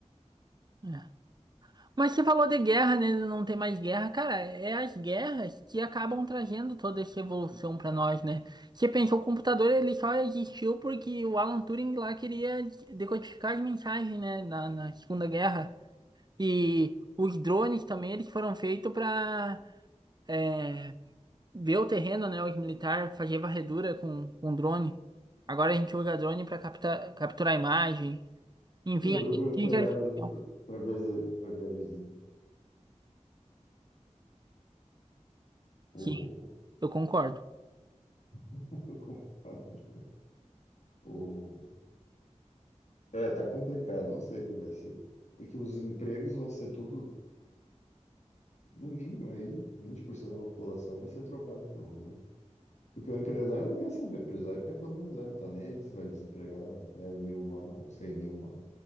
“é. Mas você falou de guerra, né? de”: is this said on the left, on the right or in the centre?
Right